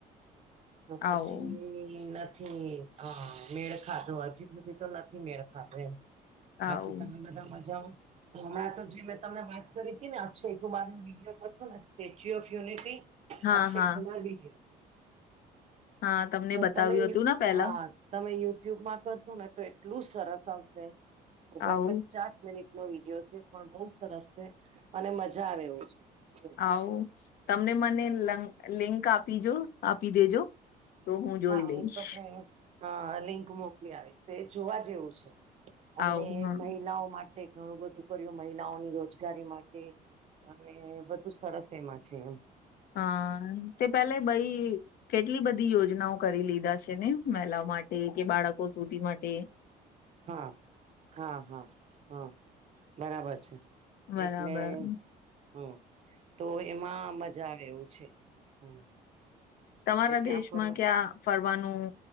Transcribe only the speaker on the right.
તો પછી
ન નથી અ મેળ ખાધો હજી સુધી તો નથી મેળ ખાધો એમ
બાકી તમે બધા મજામાં તો હમણાં તો જે મેં તમને વાત કરી હતી ને અક્ષય કુમાર નું વિડીયો પર છે ને સ્ટેચ્યુ ઓફ યુનિટી
અક્ષય
કુમાર વીડિયો
તો
તમે
હા તમે યુટ્યુબમાં કરશો ને તો એટલું સરસ આવશે ઓગણપચાસ
મિનિટ નો વિડીયો છે પણ બઉ સરસ છે અને મજા આવે એવું છે
હા
હું તમને હા લિંક મોકલી આવીશ તે જોવા જેવું છે અને
મહિલાઓ મા ટે ઘણું બધું કર્યું મહિલાઓની રોજગારી માટે અને બધું સરસ એમાં છે એમ
હા હા હા હા બરાબર છે
એટલે હમ તો એમાં મજા આવે એવું છે હમ
તો ત્યાં
ફરવા